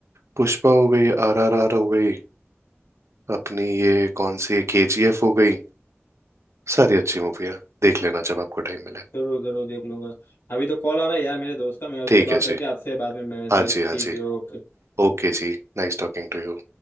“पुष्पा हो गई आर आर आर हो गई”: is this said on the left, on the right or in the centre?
Right